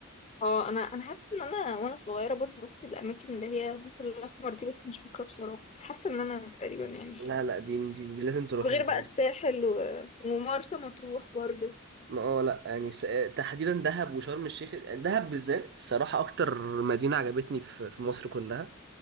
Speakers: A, on the left (about 30°); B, on the right (about 55°).
A: اه انا انا حاسة ان انا وانا صغيرة برضو رحت الاماكن اللي هي البحر الاحمر دي بس مش فاكرة بصراحة بس حاسة ان انا تقريبا يعني
B: لا لا دي دي, دي لازم تروحيها
A: وغير
B: برضه.
A: بقى الساحل و... ومرسى مطروح برضو
B: ما اه لا يعني س... تحديدا دهب وشرم الشيخ دهب بالذات الصراحة أكتر مدينة عجبتني في في مصر كلها